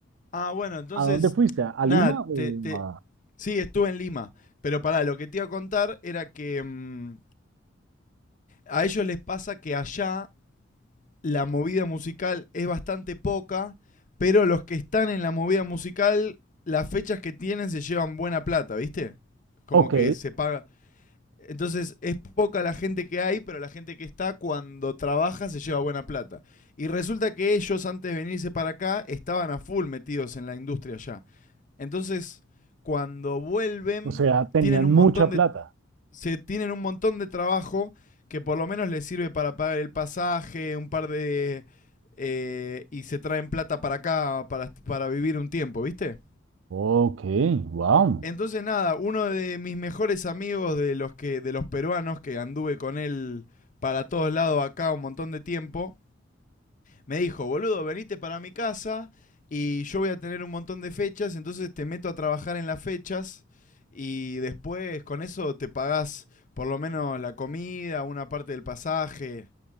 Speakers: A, on the left; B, on the right.
A: Ah, bueno, entonces,
B: ¿A dónde fuiste? ¿A
A: nada,
B: Lima? o
A: te, te-
B: a-
A: sí, estuve en Lima. Pero pará, lo que te iba a contar era que mm, a ellos les pasa que allá la movida musical es bastante poca, pero los que están en la movida musical, las fechas que tienen se llevan buena plata, ¿viste? Como
B: Ok,
A: que se paga, Entonces es poca la gente que hay, pero la gente que está cuando trabaja se lleva buena plata. Y resulta que ellos antes de venirse para acá estaban a full metidos en la industria ya. Entonces, cuando vuelven,
B: o sea, tenían
A: tienen un
B: mucha
A: montón
B: plata.
A: de se tienen un montón de trabajo que por lo menos les sirve para pagar el pasaje, un par de eh, y se traen plata para acá para, para vivir un tiempo, ¿viste?
B: Ok, wow.
A: Entonces nada, uno de mis mejores amigos de los que de los peruanos que anduve con él para todos lados acá un montón de tiempo, me dijo, "Boludo, venite para mi casa y yo voy a tener un montón de fechas, entonces te meto a trabajar en las fechas y después con eso te pagás por lo menos la comida, una parte del pasaje."